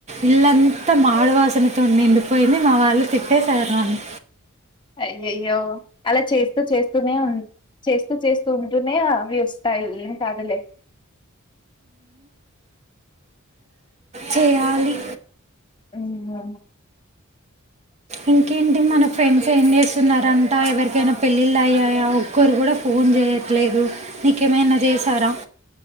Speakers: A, on the right; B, on the left.
A: ఇల్లంతా మాడువాసనతో నిండిపోయింది మా వాళ్ళు తిట్టేసారు నన్ను
B: అయ్యయ్యో అలా చేస్తూ చేస్తూనే ఉ చేస్తూ చేస్తూ ఉంటూనే అవి వస్తాయి ఏం కాదులే
A: చేయాలి
B: హమ్
A: ఇంకేంటి మన ఫ్రెండ్స్ ఏం చేస్తున్నారంట ఎవరికైనా పెళ్ళిళ్ళ అయ్యాయా ఒక్కరు కూడా ఫోన్ చేయట్లేదు నీకేమైనా జేశార